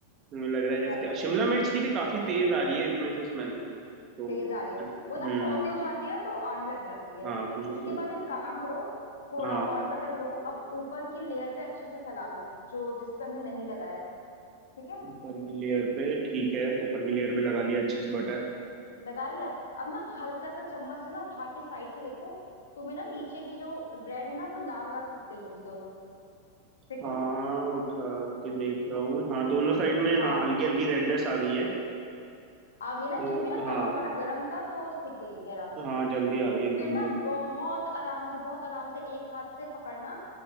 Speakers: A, on the right (about 30°); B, on the left (about 65°).
A: मुझे लग रहा है जैसे
B: फैल
A: क्या
B: गई
A: शिमला
B: है
A: मिर्च की भी काफी तेज आ रही है इसमें से स्मेल तो
B: तेज आ रही है
A: अ-
B: वो
A: हम्म
B: ना सौते हो जाती है तो आने लग जाती है
A: हाँ खुशबू
B: इसके बाद एक काम करो थोड़ा
A: हाँ
B: और बटर लो अब ऊपर की लेयर पे अच्छे से फैला लो जो जिस पे हमने नहीं लगाया है ठीक है
A: ऊपर की लेयर पे ठीक है ऊपर की लेयर पे लगा लिया अच्छे से बटर
B: लगा लिया अब ना हल्का सा चम्मच से ना उठा के साइड से देखो तुम्हें ना नीचे की जो ब्रेड है ना वो लाल लाल सिक गई होंगी दोनों सिक
A: हाँ
B: गई है
A: उठा के देख रहा हूँ हाँ दोनों
B: क्यों
A: साइड में
B: हाँ
A: हाँ हल्की हल्की रेडनेस आ गई है
B: आ गई ना
A: वो
B: क्योंकि ना
A: हाँ
B: तवा हमारा गर्म था तो सिक गई होगी आराम से
A: हाँ जल्दी आ गई एकदम
B: फिर ना
A: से
B: बहुत आराम से बहुत आराम से एक हाथ से पकड़ना